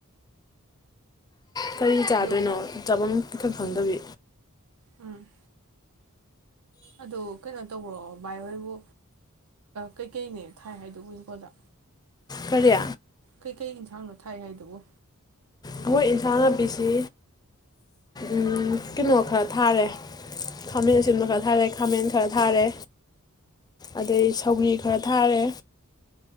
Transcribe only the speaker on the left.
ꯀꯔꯤ ꯆꯥꯗꯣꯏꯅꯣ
ꯆꯥꯕꯝ <unintelligible> ꯈꯪꯗꯕꯤ
ꯀꯔꯤ
ꯑꯩꯈꯣꯏ ꯏꯟꯁꯥꯡ ꯅꯥꯄꯤꯁꯤ ꯎꯝ ꯀꯩꯅꯣ ꯈꯔ ꯊꯥꯔꯦ ꯈꯥꯃꯦꯟ ꯑꯁꯤꯟꯕ ꯈꯔ ꯊꯥꯔꯦ ꯈꯥꯃꯦꯟ ꯈꯔ ꯊꯥꯔꯦ ꯑꯗꯩ ꯁꯧꯒꯔꯤ ꯈꯔ ꯊꯥꯔꯦ